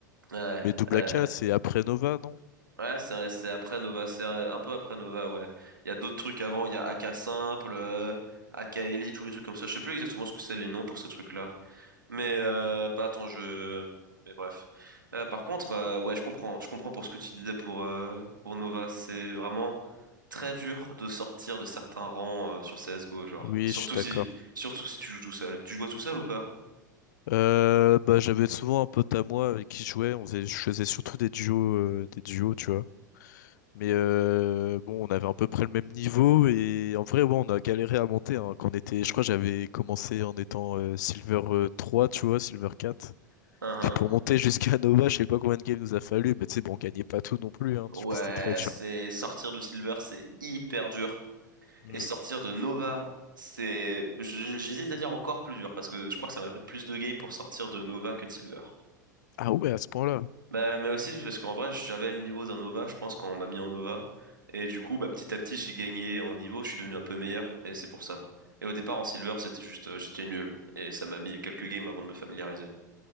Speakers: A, on the right; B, on the left.
A: Ouais.
B: Mais Double
A: euh,
B: A AK, c'est après Nova, non?
A: Ouais, c'est c'est après Nova, c'est euh, un peu après Nova, ouais. Il y a d'autres trucs avant, il y a AK Simple, euh, AK Elite, tous les trucs comme ça. Je sais plus exactement ce que c'est les noms pour ces trucs-là. Mais euh,
B: Mm.
A: bah attends, je. Mais bref. Euh, par contre, euh, ouais, je comprends, je comprends pour ce que tu disais pour euh, pour Nova. C'est vraiment très dur de sortir de certains rangs euh, sur CS:GO, genre.
B: Oui,
A: Surtout
B: je suis d'accord.
A: si, surtout si tu joues tout seul. Tu jouais tout seul ou pas?
B: Euh, bah, j'avais souvent un pote à moi avec qui je jouais, on faisait, je faisais surtout des duos, euh, des duos, tu vois. Mais euh, bon, on avait à peu près le même niveau et en vrai, ouais, on a galéré à monter hein, quand on était, je crois, que j'avais commencé en étant euh, Silver euh, 3, tu vois, Silver quatre
A: Hein, hein.
B: Puis pour monter jusqu'à <laughs> Nova, je sais pas combien de games nous a fallu, mais tu sais, bon, on gagnait pas tout non plus, hein,
A: Ouais,
B: du coup, c'était très dur.
A: c'est sortir de Silver, c'est hyper dur.
B: Hmm.
A: Et sortir de Nova, c'est... j- J'hésite à dire encore plus dur, parce que je crois que ça m'a pris plus de games pour sortir de Nova que de Silver.
B: Ah ouais, à ce point-là.
A: Bah, mais aussi parce qu'en vrai, j'avais le niveau d'un Nova, je pense, quand on m'a mis en Nova. Et du coup, bah, petit à petit, j'ai gagné en niveau, je suis devenu un peu meilleur, et c'est pour ça. Et au départ, en Silver, c'était juste, euh, j'étais nul. Et ça m'a mis quelques games avant de me familiariser.